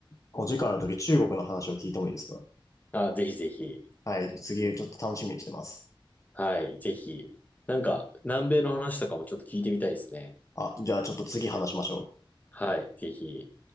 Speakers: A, on the left; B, on the left.
A: お時間あるとき中国の話を聞いてもいいですか
B: あ、ぜひぜひ。
A: はい、次、ちょっと楽しみにしてます。
B: はい、ぜひ。なんか、南米の話とかもちょっと聞いてみたいですね。
A: あ、じゃあちょっと次話しましょう。
B: はい、ぜひ。